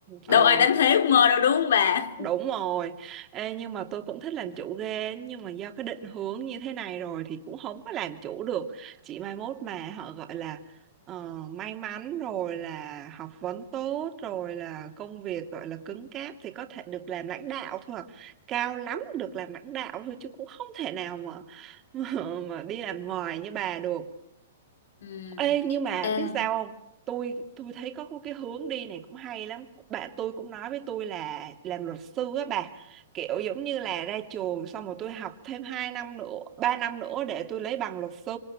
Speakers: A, on the left; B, on the right.
A: Đâu
B: ờ
A: ai đánh thuế ước mơ đâu đúng không bà?
B: Đúng rồi. Ê, nhưng mà tôi cũng thích làm chủ ghê nhưng mà do cái định hướng như thế này rồi thì cũng không có làm chủ được. Chỉ mai mốt mà họ gọi là ờ, may mắn rồi là học vấn tốt rồi là công việc gọi là cứng cáp thì có thể được làm lãnh đạo thôi à. Cao lắm được làm lãnh đạo thôi chứ cũng không thể nào mà <laughs> mà đi làm ngoài như bà được.
A: Ừ.
B: Ê, nhưng mà
A: Ê,
B: biết sao không? tôi tôi thấy có cái hướng đi này cũng hay lắm bạn tôi cũng nói với tôi là làm luật sư á bà kiểu giống như là ra trường xong rồi tôi học thêm 2 năm nữa 3 năm nữa để tôi lấy bằng luật sư